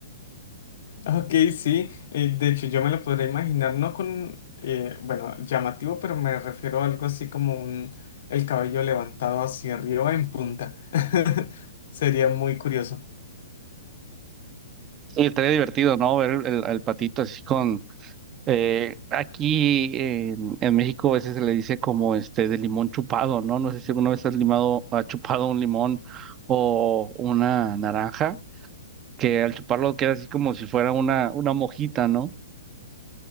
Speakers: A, on the left; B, on the right.
A: Ok, sí, eh, de hecho yo me lo podría imaginar, no con, eh, bueno, llamativo, pero me refiero a algo así como un, el cabello levantado hacia arriba en punta. <laughs> Sería muy curioso.
B: Y estaría divertido, ¿no? Ver el, al patito así con eh, aquí en, en México a veces se le dice como este de limón chupado, ¿no? No sé si alguna vez has limado, ha chupado un limón o una naranja, que al chuparlo queda así como si fuera una, una mojita, ¿no?